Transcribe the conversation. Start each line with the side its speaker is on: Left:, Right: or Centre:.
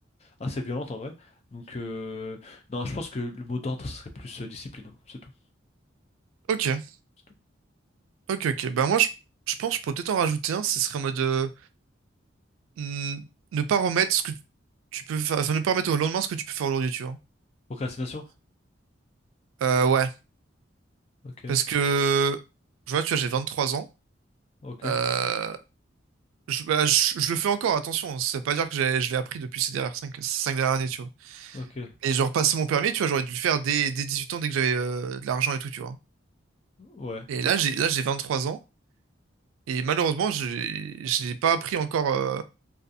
Left: assez violente en vrai. Donc, euh, non, je pense que le mot d'ordre serait plus euh, discipline, hein. C'est tout.
Right: Ok.
Left: C'est tout.
Right: Ok, ok. Bah moi, je, je pense que je pourrais peut-être en rajouter un. Ce serait en mode euh, n- ne pas remettre ce que tu peux faire. Enfin, ne pas remettre au lendemain ce que tu peux faire aujourd'hui, tu vois.
Left: Procrastination?
Right: Euh, ouais.
Left: Ok.
Right: Parce que, je vois, tu vois, j'ai 23 ans.
Left: Ok,
Right: Euh, Je, bah, je, je le fais encore, attention. hein. Ça veut pas dire que j'ai- je l'ai appris depuis ces dernières 5, dernières années, tu vois.
Left: ok,
Right: Mais genre, passer mon permis, tu vois, j'aurais dû le faire dès, dès 18 ans, dès que j'avais euh, de l'argent et tout, tu vois.
Left: ouais,
Right: Et là, j'ai là, j'ai 23 ans. Et malheureusement, j'ai- je l'ai pas appris encore. euh,